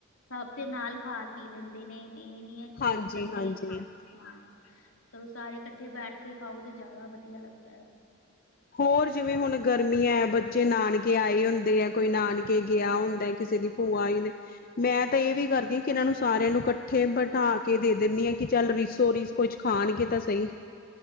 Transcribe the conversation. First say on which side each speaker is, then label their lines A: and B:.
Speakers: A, on the left; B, on the left.
A: ਸਭ ਦੇ ਨਾਲ ਖਾ, ਪੀ ਲੈਂਦੇ ਨੇ, ਏ ਨੀ ਐ ਕਿ
B: ਹਾਂਜੀ-ਹਾਂਜੀ।
A: ਕੱਲੇ ਹਾਂ, ਚਲੋ ਸਾਰੇ ਇਕੱਠੇ ਬੈਠ ਕੇ ਖਾਓ, ਤੇ ਜਾਦਾ ਵਦੀਆ ਲੱਗਦੈ।
B: ਹੋਰ ਜਿਵੇਂ ਹੁਨ ਗਰਮੀਐਂ,
A: ਸਵਾਦ
B: ਬੱਚੇ ਨਾਨਕੇ ਆਏ ਹੁੰਦੇ ਐ, ਕੋਈ ਨਾਨਕੇ ਗਿਯਾ ਹੁੰਦੈ। ਕਿਸੇ ਦੀ ਪੂਆ ਆਈ ਹੂੰਦੀ, ਮੈਂ ਤਾ ਏਵੀ ਕਰਦੀ ਕਿ ਇਨਾਂ ਨੂੰ ਸਾਰੇਆ ਨੂੰ ਕੱਠੇ ਬਠਾ ਕੇ ਦੇ ਦੇਨੀ ਆਂ ਕਿ ਚੱਲ ਰੀਸੋ-ਰੀਸ ਕੁਛ ਖਾਣਗੇ ਤੇ ਸਹੀ।